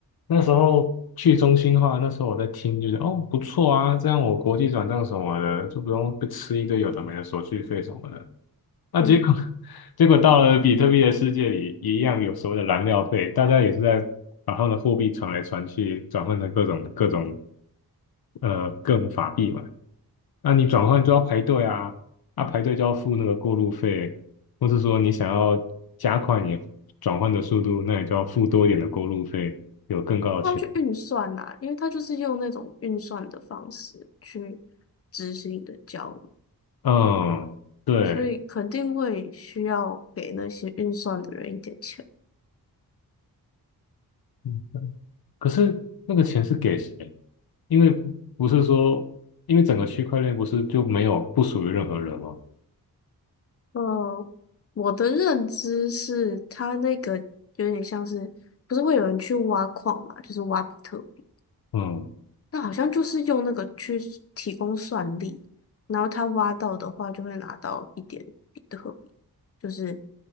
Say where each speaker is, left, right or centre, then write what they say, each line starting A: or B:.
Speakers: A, on the left; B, on the left.
A: 那时候去中心化，那时候我在听，就是哦不错啊，这样我国际转账什么的就不用被吃一堆有的没的手续费什么的。那结果
B: 嗯。
A: <laughs> 结果到了比特币的世界里，一样有所谓的燃料费，大家也是在把他们的货币传来传去，转换成各种各种呃各种法币嘛。那你转换就要排队啊，啊排队就要付那个过路费，或是说你想要加快你转换的速度，那你就要付多一点的过路费，有更高的钱。
B: 他去运算呐、因为他就是用那种运算的方式去执行你的交易，
A: 嗯，对，
B: 所以肯定会需要给那些运算的人一点钱。
A: 嗯可是那个钱是给谁？因为不不是说，因为整个区块链不是就没有不属于任何人吗？
B: 呃，我的认知是，他那个有点像是，不是会有人去挖矿嘛，就是挖比特币，
A: 嗯，
B: 那好像就是用那个去提供算力，然后他挖到的话就会拿到一点比特币，就是